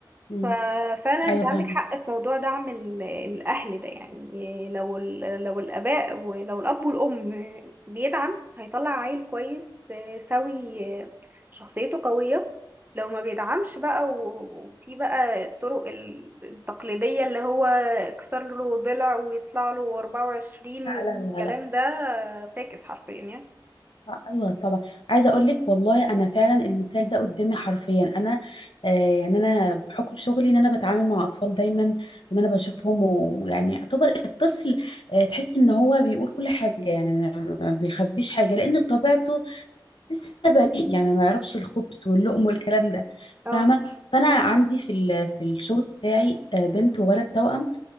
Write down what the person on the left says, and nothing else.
امم
ايوه
فاهمه
لا
لا لا لا
صح. ايوه طبعا عايزه اقول لك والله انا فعلا المثال ده قدامي حرفيا انا آه يعني انا بحكم شغلي ان انا بتعامل مع اطفال دايما وان انا بشوفهم ويعني يعتبر الطفل آه تحس ان هو بيقول كل حاجه يعني أنا ما بيخبيش حاجه لان بطبيعته لسه بريء يعني ما يعرفش الخبز واللقم والكلام ده
فاهمه فانا عندي في ال- في الشغل بتاعي آه، بنت وولد توأم